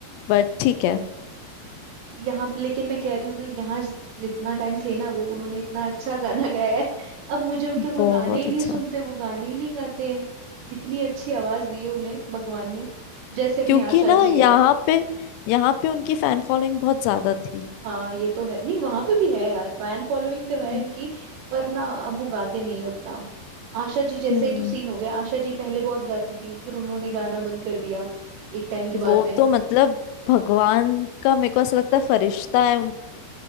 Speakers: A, on the left; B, on the right.
A: बट ठीक है
B: यहाँ पे- लेकिन मैं कह रही हूँ ना यहाँ जि- जितना टाइम थे ना वो उन्होंने इतना अच्छा गाना गाया है अब मुझे उनके कोई
A: बहुत
B: गाने ही नहीं
A: अच्छा
B: सुनते वो गाने ही नहीं गाते हैं इतनी अच्छी आवाज दी है उन्हें भगवान ने जैसे अपनी
A: क्योंकि
B: आशा
A: ना
B: जी
A: यहाँ
B: है
A: पे यहाँ पे उनकी फैन फॉलोइंग बहुत ज्यादा थी
B: हाँ ये तो है नहीं वहां पे भी है यार फैन फॉलोइंग तो है
A: हम्म
B: इनकी पर ना अब वो गाते नहीं है उतना आशा जी जैसे
A: हम्म
B: ही तो सीन हो गया आशा जी पहले बहुत गाती थी फिर उन्होंने गाना बंद कर दिया एक टाइम के
A: वो
B: बाद में
A: तो मतलब भगवान का मेरे को ऐसा लगता है फरिश्ता है उन